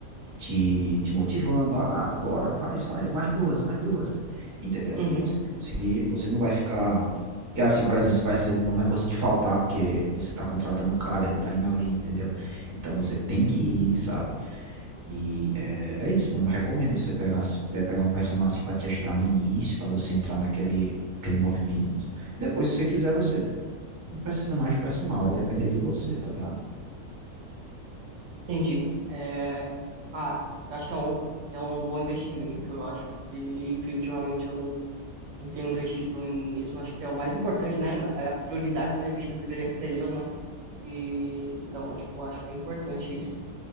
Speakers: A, on the right; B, on the right.
A: te, te motivando. Ah, bora, faz, faz, mais duas, mais duas. Entendeu?
B: uhum,
A: E você vai conseguir, você não vai ficar. Que assim, por exemplo, você vai, ser- não vai conseguir faltar porque você está contratando o cara, ele está indo ali, entendeu? Então você tem que ir, sabe? E é, é isso, mano. Eu recomendo você pegar, se puder pegar um personal assim pra te ajudar no início, pra você entrar naquele, aquele movimento. Depois, se você quiser, você não precisa mais de personal, vai depender de você, tá ligado?
B: entendi. É, ah, acho que é um, é um bom investimento, eu acho. E, enfim, ultimamente eu não, não tenho investido em mim mesmo, acho que é o mais importante, né? A a prioridade da minha vida deveria ser eu, né? E, então, tipo, acho que é importante isso.